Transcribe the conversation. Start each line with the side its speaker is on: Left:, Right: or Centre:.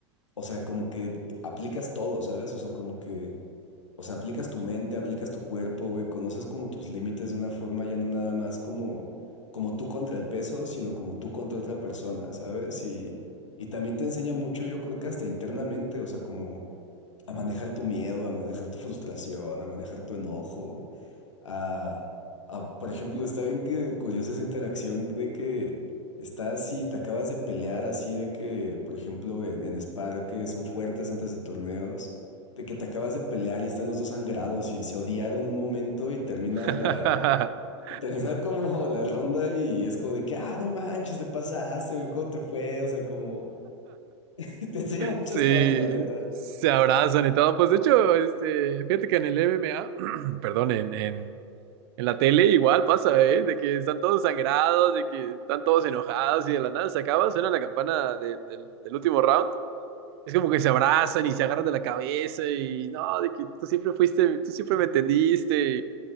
Left: o sea, como que aplicas todo, ¿sabes? O sea, como que, o sea, aplicas tu mente, aplicas tu cuerpo, güey, conoces como tus límites de una forma ya no nada más como, como tú contra el peso, sino como tú contra otra persona, ¿sabes? Y, y también te enseña mucho, yo creo que hasta internamente, o sea, como a manejar tu miedo, a manejar tu frustración, a manejar tu enojo, a, a- por ejemplo, está bien que curiosa esa interacción de que estás y te acabas de pelear así de que, por ejemplo, en, en Spar, que son fuertes antes de torneos, de que te acabas de pelear y están los dos sangrados y se odiaron un momento y termina
Right: <laughs>
Left: la... y Termina <laughs> como la ronda y es como de que, ah, no manches, te pasaste, güey, ¿cómo te fue? O sea, como <laughs> te enseña muchas
Right: Sí,
Left: cosas, la neta.
Right: se abrazan y todo. Pues de hecho, este, fíjate que en el M M A <clears throat> perdón, en, en, en la tele igual pasa, ¿eh? De que están todos sangrados, de que están todos enojados y de la nada se acaba, suena la campana de- del del último round. Es como que se abrazan y se agarran de la cabeza y no, de que tú siempre fuiste, tú siempre me entendiste.